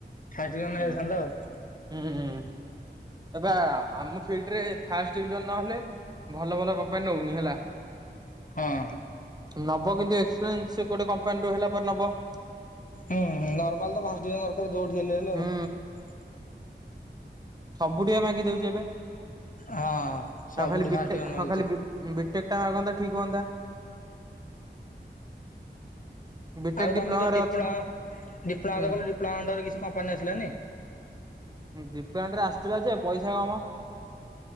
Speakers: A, on the left (about 45°); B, on the right (about 20°).
A: ଫାଜିଲାମ
B: ହୁଁ
A: ହେଇଯାଇଥାନ୍ତା ଆଉ।
B: ହୁଁ ହୁଁ। ଏବେ ଆମ ଫିଲ୍ଡରେ ଫାଷ୍ ଡିଭିଜନ ନହେଲେ ଭଲ ଭଲ କମ୍ପାନୀ ନଉନି ହେଲା।
A: ହଁ।
B: ନବ କିନ୍ତୁ ଏସ୍ ପ୍ରେନସ୍ ସେ ଗୋଟେ କମ୍ପାନୀରୁୁ ହେଲା ପରେ ନବ।
A: ହୁଁ ନର୍ମାଲ ତ ଫାଷ୍ଟ ୟୁର ଦରକାର ଯୋଉଠି ହେଲେ ହେଲେ ଆଉ।
B: ହୁଁ ସବୁ ଟିକେ ମାଗି ଦଉଛି ଏବେ ନ
A: ହଁ ସବୁଠି
B: ଖାଲି ବିଟେ
A: ଫାଷ୍ଟ ଡିଭିଜନ ମାଗୁଛି
B: ହଁ ଖାଲି ବିଟେକ୍ ଟା ମାଗନ୍ତା ଠିକ୍ ହୁଅନ୍ତା। ବିଟେକ୍
A: ଆଉ ତମେ
B: ଡିପ୍ଲୋମାରେ
A: ଯୋଉ ଡିପ୍ଲମା
B: ଅଛି
A: ଡିପ୍ଲମା
B: ହୁଁ
A: ତ କଲ ତ ଡିପ୍ଲୋମା ର କିଛି କମ୍ପାନୀ ଆସୁନି।
B: ଡିପ୍ଲୋମା ରେ ଆସଥିଲା ଯେ ପଇସା କମ୍।